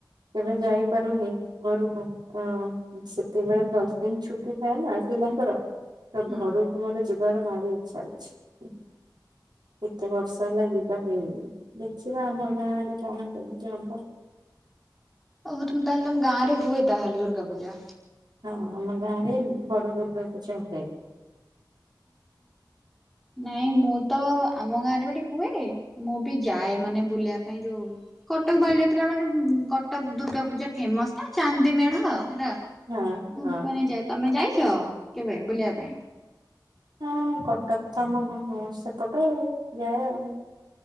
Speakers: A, on the right (about 65°); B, in the centre.
A: କେଭେ ଯାଇପାରୁନି ଘରକୁ। ତ ସେତେବେଳେ ଦଶଦିନ ଛୁଟିଥାଏନା ପିଲାଙ୍କର। ତୋ
B: ହୁଁ
A: ଘରୁକୁ ମୋର ଯିବାର ଭାରି ଇଚ୍ଛା ଅଛି କେତେ ବର୍ଷ? ତାହେଲେ ଯିବା ହେଇନି ଦେଖିବା ଆମ ଗାଁରେ କଣ କେମିତି ହବ।
B: ଓହୋ ତୁମେ ତାହେଲେ ତମ ଗାଁରେ ହୁଏତାହେଲେ ଦୁର୍ଗା ପୂଜା।
A: ହଁ ହଁ ଆମ ଗାଁରେ ବଡ ଦୁର୍ଗାପୂଜା ହୁଏ।
B: ନାଇଁ ମୁଁତ ଆମ ଗାଁରେବି ଟିକେହୁଏ ମୁଁ ବି ଯାଏ ମାନେ ବୁଲିବା ପାଇଁ ଯୋଉ କଟକ ବାଲିଯାତ୍ରା ମାନେ କଟକ ଦୁର୍ଗା ପୂଜା ଫେମସନା ଚାନ୍ଦି ମେଢ ହେଲା।
A: ହଁ
B: ଉ
A: ହଁ।
B: ମାନେ ଯାଇ ତମେ ଯାଇଚ କେବେ ବୁଲିବା ପାଇଁ?
A: ହଁ କଟକତ ଆମ ସେପଟେ ଯାଏ ଆଉ।